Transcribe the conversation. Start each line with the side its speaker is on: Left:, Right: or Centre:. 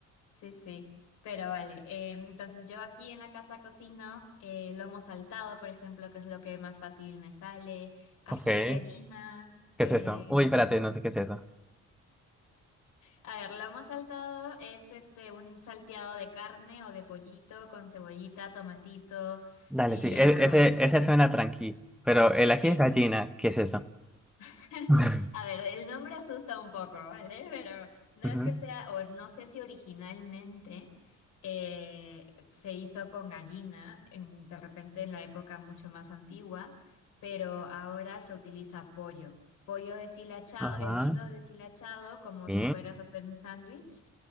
Left: sí, sí, pero vale. Eh, entonces yo aquí en la casa cocino eh, lomo saltado, por ejemplo, que es lo que más fácil me sale, ají
Centre: Ok. ¿Qué
Left: de gallina. eh,
Centre: es esto Uy, espérate, no sé qué es eso.
Left: A ver, lomo saltado es este un salteado de carne o de pollito con cebollita, tomatito
Centre: Dale,
Left: y
Centre: sí, e-
Left: arroz.
Centre: ese,
Left: Bueno,
Centre: ese suena tranqui. Pero el ají
Left: sí.
Centre: de gallina, ¿qué es eso?
Left: <laughs>
Centre: <laughs>
Left: A ver, el nombre asusta un poco, ¿vale? Pero no
Centre: Ujú.
Left: es que sea, o no sé si originalmente eh, se hizo con gallina, en- de repente en la época mucho más antigua, pero ahora se utiliza pollo. Pollo deshilachado,
Centre: Ajá.
Left: hervido deshilachado, como
Centre: ¿Sí?
Left: si fueras a hacer un sándwich.